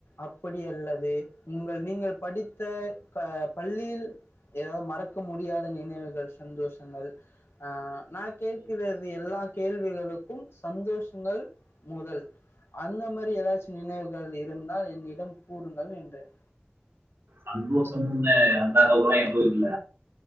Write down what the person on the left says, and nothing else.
அப்படி அல்லது உங்கள் நீங்கள் படித்த ப பள்ளியில் ஏதாவது ம றக்க முடியாத நினைவுகள் சந்தோஷங்கள் நா கேட்கிறது எல்லா கேள்விகளுக்கும் சந்தோஷங்கள் முதல் அந்த மாரி ஏதாச்சும் நினைவுகள் இருந்தால் என்னிடம் கூறுங்கள் என்றேன்